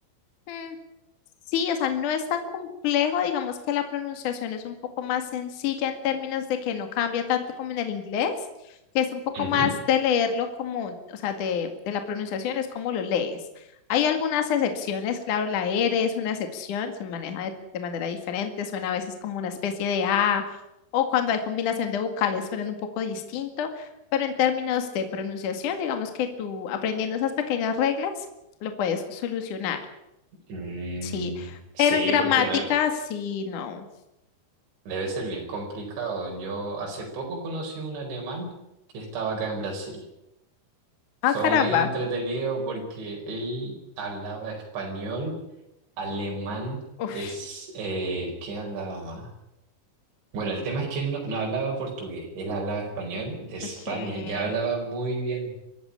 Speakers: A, on the left; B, on the right.
A: Mm, Sí, o sea, no es tan complejo, digamos que la pronunciación es un poco más sencilla en términos de que no cambia tanto como en el inglés, que es un poco
B: Ujú.
A: más de leerlo como, o sea, de, de la pronunciación es como lo lees. Hay algunas excepciones, claro, la R es una excepción, se maneja de, de manera diferente, suena a veces como una especie de A, o cuando hay combinación de vocales suenan un poco distinto, pero en términos de pronunciación, digamos que tú aprendiendo esas pequeñas reglas, lo puedes solucionar.
B: Mm,
A: Sí,
B: sí,
A: pero en gramática
B: porque ah,
A: sí, no.
B: debe ser bien complicado. Yo hace poco conocí un alemán que estaba acá en Brasil.
A: Ah,
B: Fue
A: caramba.
B: muy entretenido porque él hablaba español. Alemán
A: Uf,
B: es... Eh, ¿qué hablaba más? Bueno, el tema es que él no, no hablaba portugués, él hablaba español de España,
A: ok.
B: ya hablaba muy bien.